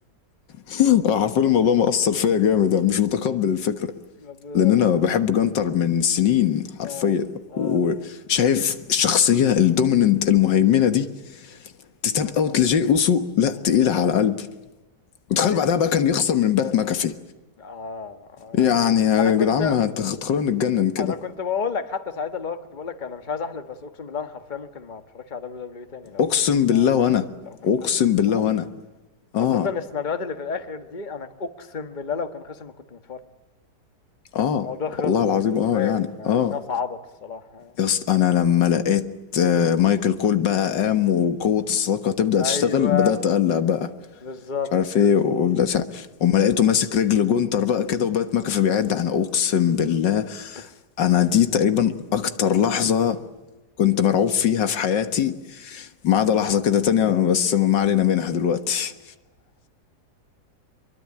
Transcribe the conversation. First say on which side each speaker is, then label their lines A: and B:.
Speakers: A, on the left; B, on the left.
A: <laughs> حرفيا الموضوع مأثر فيا جامد أنا مش متقبل الفكرة
B: طب يا
A: لان انا
B: ما
A: بحب جانتر من سنين حرفيا
B: اه اه
A: وشايف الشخصية الدوميننت المهيمنة دي تتاب اوت لجي اوسو لا
B: اه بس
A: تقيلة
B: اه
A: على قلبي وتخيل
B: يعني
A: بعدها بقى كان يخسر من بات ماكافي
B: اه آه، يعني
A: يعني يا
B: انا كنت
A: جدعان ما هتخ- هتخلونا نتجنن كده
B: انا كنت بقول لك حتى ساعتها اللي هو كنت بقول لك انا مش عايز احلف بس اقسم بالله انا حرفيا ممكن ما اتفرجش على دبليو دبليو اي تاني لو
A: اقسم
B: كان
A: بالله وانا
B: لو كان
A: اقسم
B: خسر الصراحه
A: بالله وانا اه
B: خاصة السيناريوهات اللي في الآخر دي أنا أقسم بالله لو كان خسر ما كنت متفرج
A: اه
B: الموضوع خلص
A: والله العظيم
B: بالنسبة
A: اه يعني
B: لي أنا
A: اه
B: مش ناقص عبط الصراحة
A: يا اسطى انا لما لقيت آه، مايكل كول بقى قام وقوة الصداقة تبدأ
B: أيوه
A: تشتغل بدأت أقلق بقى
B: بالظبط
A: مش عارف
B: كده
A: ايه وبدأت وما لقيته ماسك رجل جونتر بقى كده وبقت مكفى بيعد انا اقسم بالله
B: <laughs>
A: انا دي تقريبا اكتر لحظة كنت مرعوب فيها في حياتي ما عدا لحظة كده تانية بس ما علينا منها دلوقتي